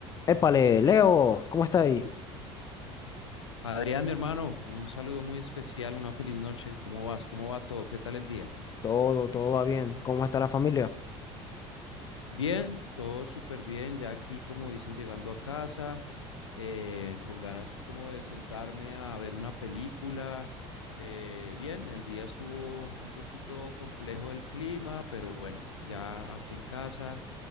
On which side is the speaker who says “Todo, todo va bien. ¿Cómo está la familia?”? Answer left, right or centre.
Left